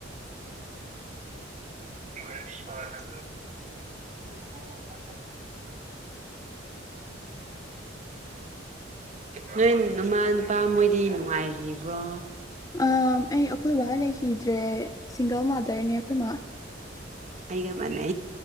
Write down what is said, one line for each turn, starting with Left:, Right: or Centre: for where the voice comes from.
Right: ꯆꯔ ꯇ
Left: <unintelligible>
Right: ꯍ ꯅꯣꯏ ꯃꯃꯥ ꯅꯨꯄꯥ ꯃꯣꯏꯗꯤ ꯅꯨꯡꯉꯥꯏꯔꯤꯕ꯭ꯔꯣ
Left: ꯑ ꯑꯩ ꯑꯩꯈꯣꯏ ꯕꯥ ꯂꯩꯈꯤꯗ꯭ꯔꯦ ꯁꯤꯡꯒꯜ ꯃꯥꯗꯔꯅꯦ ꯑꯩꯈꯣꯏ ꯃꯥꯕꯥ
Right: ꯑꯩꯒ ꯃꯅꯦ